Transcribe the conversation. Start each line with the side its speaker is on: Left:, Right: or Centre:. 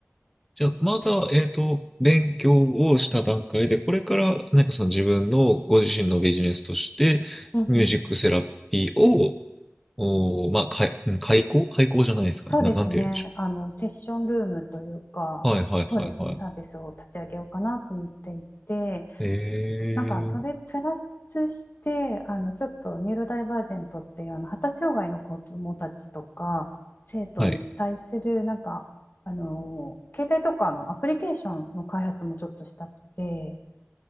Left: そ
Centre: じゃあ、まだ、えっと、勉強をした段階で、これから、なんかその自分のご自身のビジネスとして、
Left: う。<laughs> うんうん。
Centre: ミュージックセラピーを、おー、まあ、かい、うん開講開講じゃないですかね。
Left: そうですね。
Centre: な、なんて言うんでしょ
Left: あの、セッションルームというか、
Centre: う。はいはいはいはい。
Left: そうですね、サービスを立ち上げようかなと思っていて、
Centre: ええ。
Left: なんかそれプラスしてあのちょっとニューロダイバージェントっていうあの発達障害の子どもたちとか生徒に対するなんかあの携帯とかのアプリケーションの開発もちょっとしたくて
Centre: はい。